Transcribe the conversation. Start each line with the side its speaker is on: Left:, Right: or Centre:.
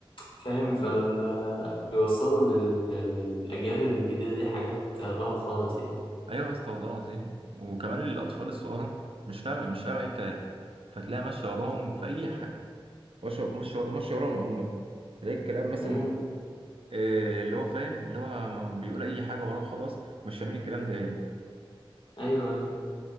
Left: فاهم فال بيوصلوا لل- لل- للاجيال الجديدة دي حاجات غلط خالص يعني
Right: ايوه يا اسطى والله العظيم وكمان الاطفال الصغيرة مش فاهمة مش فاهمة ايه الكلام فتلاقي ماشية وراهم في اي حاجة مش مش ماشية وراهم عموما تلاقي الكلام مثلا
Left: امم
Right: إيه اللي هو فاهم اللي هو بيقول اي حاجة وراه خلاص مش فاهمين الكلام ده ايه
Left: ايوه أيوه.